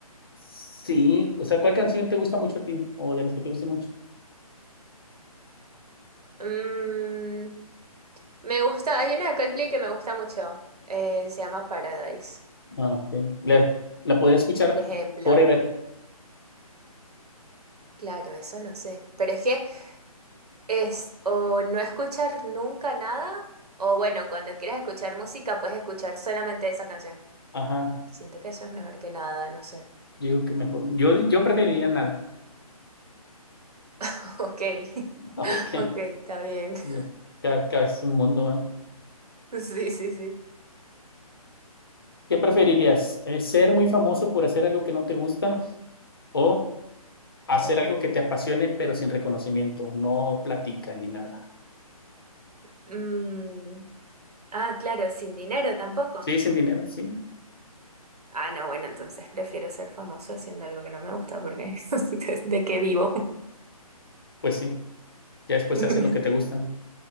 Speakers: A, on the left; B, on the right.
A: Sí, o sea, ¿cuál canción te gusta mucho a ti? O de las que te gusten mucho.
B: Mm, me gusta, hay una de Coldplay que me gusta mucho. eh, se llama Paradise,
A: Ah, ok. La, la podría escuchar
B: por ejemplo.
A: forever.
B: Claro, eso no sé. Pero es que es o no escuchar nunca nada, o bueno, cuando quieras escuchar música, puedes escuchar solamente esa canción.
A: Ajá.
B: Siento que eso es mejor que nada, no sé.
A: Yo digo que mejor. Yo, yo preferiría nada.
B: <laughs> Ok,
A: <laughs>
B: <laughs>
A: Ok.
B: ok, está bien. <laughs>
A: Dios. Cada, cada es un mundo, ¿va?
B: Sí, sí, sí.
A: ¿Qué preferirías? Eh, ¿Ser muy famoso por hacer algo que no te gusta o hacer
B: Ok.
A: algo que te apasione pero sin reconocimiento? No platica ni nada.
B: Mm, Ah, claro, sin dinero tampoco.
A: ¿Sí? ¿Sin dinero? Sí.
B: Ah, no, bueno, entonces prefiero ser famoso haciendo algo que no me gusta porque <laughs> ¿de qué vivo?
A: Pues sí. Ya después
B: <laughs>
A: haces lo que te gusta, ¿no?